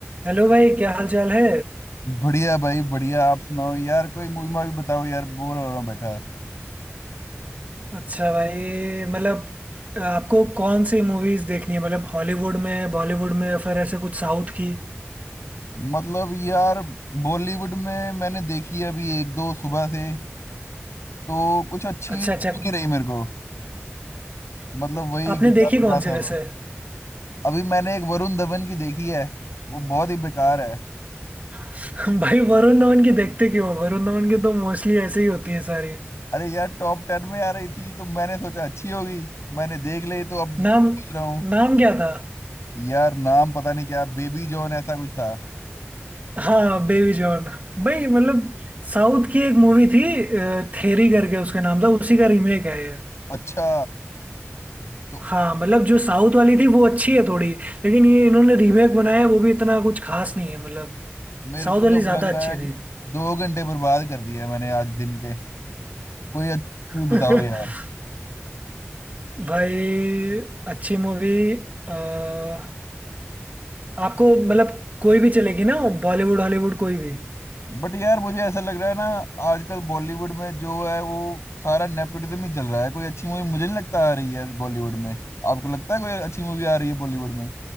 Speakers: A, on the right; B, on the left.
A: Hello भाई क्या हाल चाल है
B: बढ़िया भाई बढ़िया आप सुनाओ यार कोई मूवी मावी बताओ यार बोर हो रहा हूँ बैठा
A: अच्छा भाई मतलब आपको कौन सी मूवीज देखनी है मतलब हॉलीवुड में बॉलीवुड में या फिर ऐसे कुछ साउथ की
B: मतलब यार बॉलीवुड में मैंने देखी है अभी एक दो सुबह से तो कुछ अच्छी
A: अच्छा
B: लगी
A: अच्छा
B: नहीं रही मेरे को मतलब वही
A: आपने
B: घिसा
A: देखी
B: पिटा
A: कौन सी
B: सब
A: वैसे
B: अभी मैंने एक वरुण धवन की देखी है वो बहुत ही बेकार है
A: <laughs> भाई वरुण धवन की देखते क्यों वरुण धवन की तो मोस्टली ऐसे ही होती है सारी
B: अरे यार टॉप टेन में आ रही थी तो मैंने सोचा अच्छी होगी मैंने देख ली तो अब सोच
A: नाम
B: रहा हूँ
A: नाम क्या था
B: यार नाम पता नहीं क्या बेबी जॉन ऐसा कुछ था
A: हाँ बेबी जॉन भाई मतलब साउथ की एक मूवी थी थेरी करके उसका नाम था उसी का रीमेक है ये
B: अच्छा तो
A: हाँ मतलब जो साउथ वाली थी वो अच्छी है थोड़ी लेकिन ये इन्होंने रीमेक बनाया है, वो भी इतना कुछ खास नहीं है मतलब
B: मेरे
A: साउथ
B: को
A: वाली
B: तो अब
A: ज्यादा
B: लग
A: अच्छी
B: रहा है
A: थी
B: कि दो घंटे बर्बाद कर दिए मैंने आज दिन के कोई अच्छी मूवी
A: <laughs>
B: बताओ यार
A: भाई अच्छी मूवी आपको मतलब कोई भी चलेगी ना बॉलीवुड हॉलीवुड कोई भी
B: बट यार मुझे ऐसा लग रहा है ना आजकल बॉलीवुड में जो है वो सारा नेपोटिज्म ही चल रहा है कोई अच्छी मूवी मुझे नहीं लगता आ रही है बॉलीवुड में आपको लगता है कोई अच्छी मूवी आ रही है बॉलीवुड में